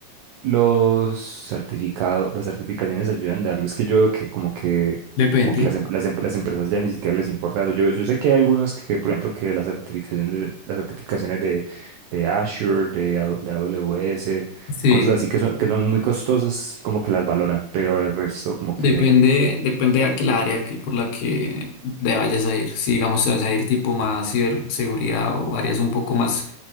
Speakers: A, on the right; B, on the left.
A: los certificados, las certificaciones ayudan de algo? Es que yo veo que como que,
B: Depende.
A: como que las, em- las, em- las empresas ya ni siquiera les importa eso. Yo, yo sé que hay algunos que, por ejemplo, que las certificaciones, de- las certificaciones de, de Azure, de, A- de AWS,
B: Sí.
A: cosas así que son, que son muy costosas, como que las valoran, pero el resto como que,
B: Depende, depende de aquel área que, por la que te vayas a ir. Si digamos te vas a ir tipo más ciberseguridad o áreas un poco más